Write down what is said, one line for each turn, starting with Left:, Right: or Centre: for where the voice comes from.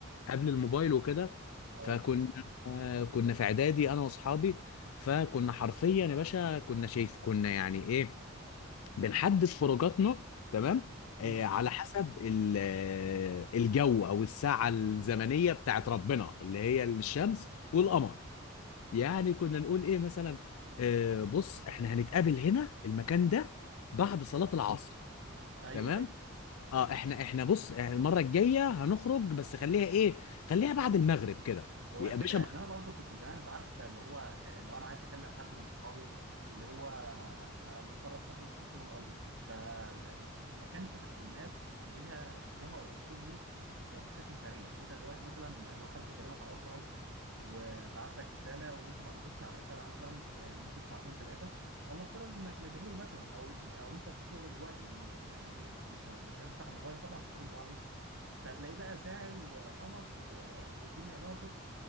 Left: قبل الموبايل وكده
Right: اه
Left: فكنا آه، كنا في اعدادي انا واصحابي فكنا حرفيا يا باشا كنا شايف كنا يعني ايه بنحدد خروجاتنا تمام آه،
Right: امم
Left: على حسب ال- آه، الجو او الساعه الزمنيه بتاعت ربنا اللي هي الشمس والقمر
Right: اه
Left: يعني كنا نقول ايه مثلا آه بص احنا هنتقابل هنا المكان ده بعد صلاة العصر
Right: ايوه
Left: تمام اه احنا احنا بص يعني المرة الجاية هنخرج بس خليها ايه خليها بعد المغرب كده
Right: هو
Left: يا
Right: الفكرة
Left: باشا
Right: إن أنا برضو كنت زمان أنت عارف أنت اللي هو آه، لو أنا عايز أكلم حد من صحابي اللي هو آه، مضطر أستخدم التليفون الأرضي فما كانش ع- الناس ليها لها وصول ليك آه، بشكل سريع أنت دلوقتي مثلا لو حد بيكلمك على الواتساب وبعت لك رسالة وأنت ما ردتش على الرسالة مثلا آه، لمدة ساعتين ثلاثة والله افترض إنك مشغول مثلا أو إن- أو أنت في الشغل دلوقتي وما يعني مش ه- مش هتفتح الموبايل طبعا وترد عليه فهتلاقيه بقى زعل وقمص و... والدنيا باظت